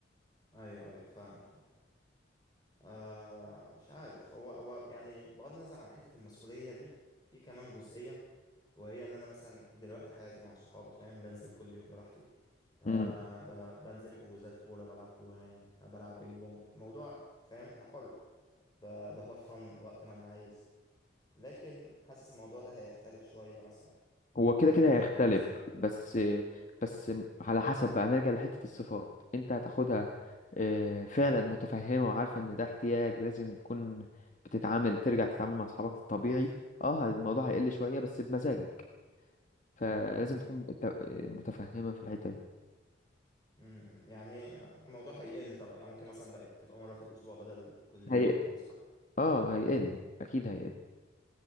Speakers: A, on the left; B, on the left.
A: أيوه أيوه فاهمك فاهم آه مش عارف هو هو يعني بغض النظر عن حتة المسؤولية دي في كمان جزئية وهي ان انا مثلا دلوقتي حياتي مع صحابي فاهم بنزل كل يوم براحتي آه
B: امم
A: ب- بنزل حجوزات كوره بلعب كوره يعني آه بلعب بينج بونج موضوع فاهم انا حر ب- بهفن وقت ما انا عايز لكن حاسس الموضوع ده هيختلف شويه مثلا
B: هو كده
A: آه
B: كده
A: بعد
B: هيختلف
A: الجواز
B: بس بس على حسب بقى نرجع لحتة الصفات انت هتاخدها اه، فعلا متفهمة وعارفة ان ده احتياج لازم تكون بتتعامل ترجع تتعامل مع اصحابك الطبيعي اه الموضوع هيقل شوية بس بمزاجك فلازم
A: امم
B: تكون مت- متفهمة في الحتة دي
A: امم يعني الموضوع هيقل طبعا يعني ممكن مثلا بقت تبقى مره في الاسبوع بدل كل يوم
B: هي
A: وكده صح
B: اه هيقل اكيد هيقل